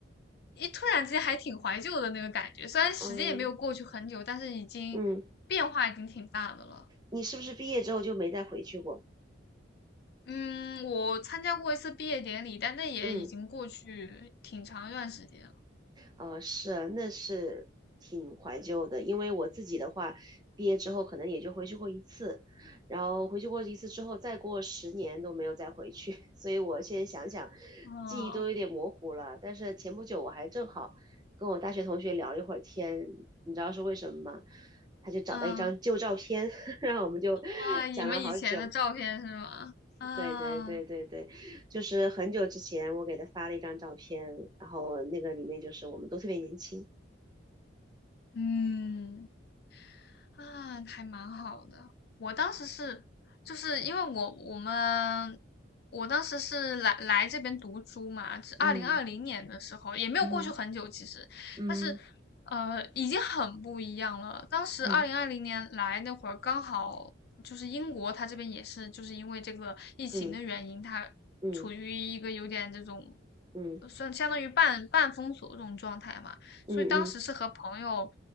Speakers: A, on the left (about 55°); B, on the right (about 20°).
A: 一突然之间还挺怀旧的那个感觉，虽然时间也没有过去很久，
B: 嗯
A: 但是已经变化已经挺大的了。
B: 嗯，你是不是毕业之后就没再回去过？
A: 嗯，我参加过一次毕业典礼，但那也已经过去挺长一段时间了。
B: 嗯。呃，是，那是挺怀旧的，因为我自己的话，毕业之后可能也就回去过一次，然后回去过一次之后，再过十年都没有再回去，<laughs> 所以我现在想想，
A: 嗯
B: 记忆都有点模糊了。但是前不久我还正好跟我大学同学聊了一会儿天，你知道是为什么吗？他就找到一张旧照片，
A: 嗯
B: <laughs> 然后我们就
A: 啊，
B: <laughs>
A: 你们以前的照片是吗？
B: 讲了好久。
A: 啊，
B: 对对对对对，就是很久之前我给他发了一张照片，然后那个里面就是我们都特别年轻。
A: 嗯。啊，还蛮好的。我当时是，就是因为我我们我当时是来来这边读书嘛，是二零二零年的时候，
B: 嗯
A: 也没有过去很久其实，
B: 嗯嗯
A: 但是呃，已经很不一样了。当时二零二零年来那会儿，
B: 嗯
A: 刚好就是英国，它这边也是就是因为这个疫情的原因，
B: 嗯
A: 它处于一个有点这种。
B: 嗯嗯嗯
A: 算相当于半半封锁这种状态嘛，
B: 嗯嗯
A: 所以当时是和朋友，